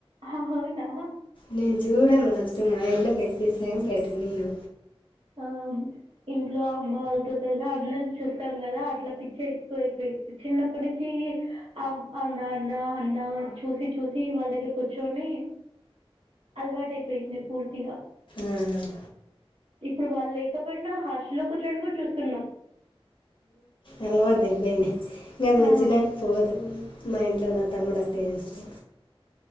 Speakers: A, on the right; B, on the left.
A: అవునా
B: నేను చూడను ఫస్ట్ మా ఇంలో పెట్ నిచ్చిన గాని పెట్ నీను
A: ఆ ఇంట్లో అమ్మ వాళ్ళతో సలహా అందరం చూస్తాం కదా అట్లా పిచ్చే ఎక్కువైపోయి చిన్నప్పటించి అమ్ అ నాన్న అన్నా చూసి చూసి వాళ్ళ దగ్గర కూర్చొని అలవాటు అయిపోయింది పూర్తిగా
B: అవును
A: ఇప్పుడు వాళ్ళు లేకపోయినా హాస్టల్లో కూర్చొని కూడా చూస్తున్నాం
B: అలవాటు అయిపోయిడి ఇకా అది వచ్చిన
A: ఆ
B: పోదు మై ఇంట్లో నా తమ్ముడ తెే స